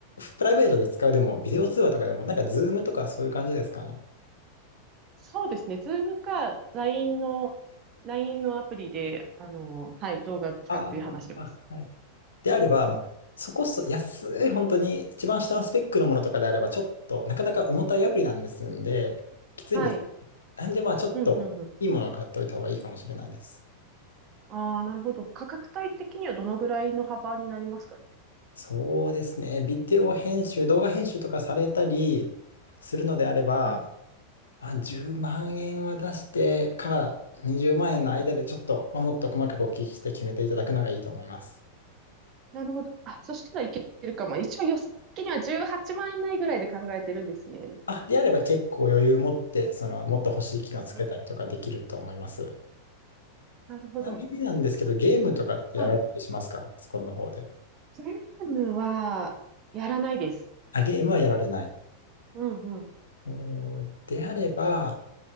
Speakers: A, on the left; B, on the right.
A: プライベートで使うでも、ビデオ通話とかでも、なんかズームとかそういう感じですかね。
B: そうですね。ズームか、LINE の、LINE のアプリで、あの、はい、動画使って話してます。
A: ああ、はい。であれば、まあ、そこそ安い、本当に一番下のスペックのものとかであれば、ちょっとなかなか重たいアプリなんですんで、きついんです。
B: はい。
A: なんで、まあ、ちょっといいものを買っておいた方がいいかもしれないです。
B: うん、うん、うん。ああ、なるほど。価格帯的にはどのぐらいの幅になりますかね。
A: そうですね。ビデオ編集、動画編集とかされたりするのであれば、
B: はい。
A: まあ、10万円は出してから20万円の間でちょっと、
B: うんうん
A: まあ、もっと細かくお聞きして決めていただくのがいいと思います。
B: なるほど。あ、そしたらいけるかも。一応予算的には18万以内ぐらいで考えてるんですね。
A: あ、であれば結構余裕持って、その、もっと欲しい機能つけたりとかできると思います。
B: うんうん。なるほど。
A: ちなみになんですけど、
B: そ
A: ゲームとかってやられたりしますかパソコンの方で。
B: はい。ジェームはやらないです。
A: あ、ゲームはやられない。
B: うんうん。
A: おーであれば、